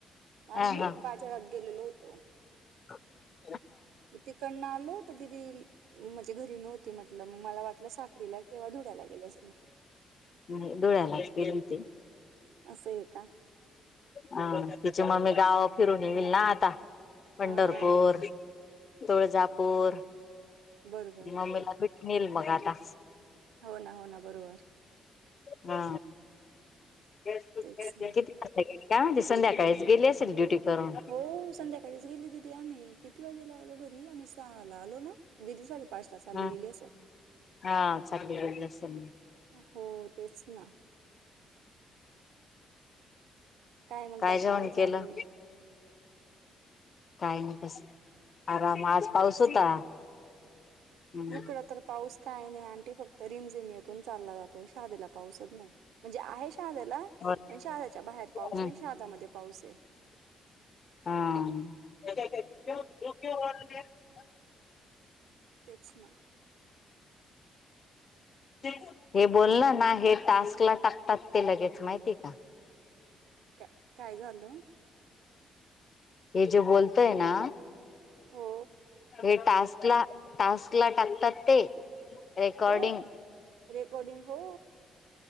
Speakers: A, on the left; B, on the right.
A: हा
B: आम्ही
A: हा
B: बाजारात गेलेलो होतो.
A: हो <unintelligible>
B: तिकडन आलो तर दिदी माझजे घरी नोव्ह म्हटलं मग मला वाटलं साखरीला किंवा धुड्याला गेले असल.
A: हम्म धोळ्यालाच गेलती.
B: असं आहे का
A: हा तिची मम्मी गाव फिरून येईल ना आता पंढरपूर
B: हां,
A: तुळजापूर
B: बरोबर.
A: मम्मीला भेट नल मग आता
B: हो ना, हो ना, बरोबर.
A: हा किती
B: तेच ना.
A: काय म्हण संध्याकाळीच गेली असेल ड्युटी करून
B: हो संध्याकाळीच गेली दिदी आम्ही किती वाजे लाव लो घरी हमे सहा लालो ना दिदी साडे पाच त चालली
A: ह
B: गेली
A: हा चालली गेली असेल
B: हो तेच ना मग
A: काय
B: बाकी
A: जेऊण केलं
B: चालू आहे?
A: काही नाही बस आराम आज पाऊस होता हम्म
B: इकड तर पाऊस काय नाही आणंटी फक्त रिमझिम येथून चालला जातो. शदला पाऊसच नाही म्हणजे आहे शदला
A: और
B: पण शच्या बाहेर पाऊस
A: हम्म
B: नाही शदामध्ये पाऊस अस असे
A: हा.
B: तेच ना.
A: रिकामा ऑडिओ हे बोल ना ना हे टास्क ला टाकतात ते लगेच माहिती का?
B: का काय झालं?
A: हे जे बोलतय ना...
B: हो
A: हे टास्क ला टास्क ला टाकतात ते रेकॉर्डिंग.
B: हो रेकॉर्डिंग हो..